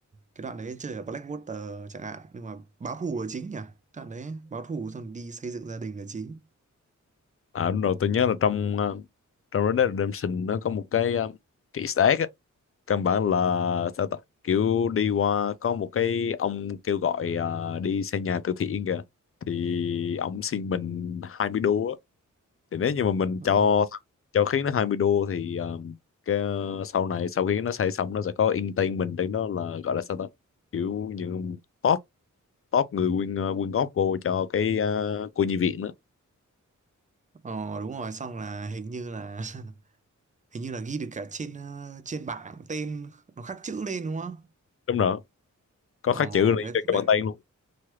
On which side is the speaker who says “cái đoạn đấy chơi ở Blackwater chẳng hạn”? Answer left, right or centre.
Right